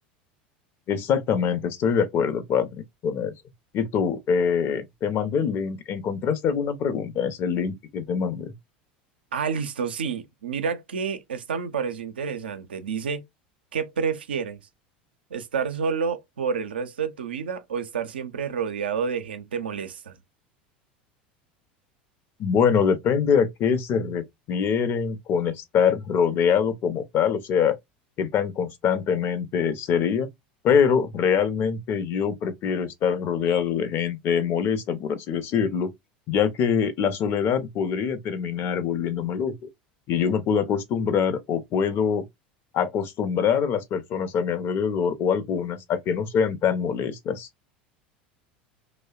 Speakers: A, on the left (about 45°); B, on the right (about 80°).
A: Exactamente, estoy de acuerdo, Patrick, con eso. Y tú, eh, te mandé el link. ¿Encontraste alguna pregunta en ese link que te mandé?
B: Ah, listo, sí. Mira que esta me pareció interesante. Dice, ¿qué prefieres? ¿Estar solo por el resto de tu vida o estar siempre rodeado de gente molesta?
A: Bueno, depende a qué se refieren con estar rodeado como tal, o sea, qué tan constantemente sería, pero realmente yo prefiero estar rodeado de gente molesta, por así decirlo, ya que la soledad podría terminar volviéndome loco y yo me puedo acostumbrar o puedo acostumbrar a las personas a mi alrededor o algunas a que no sean tan molestas.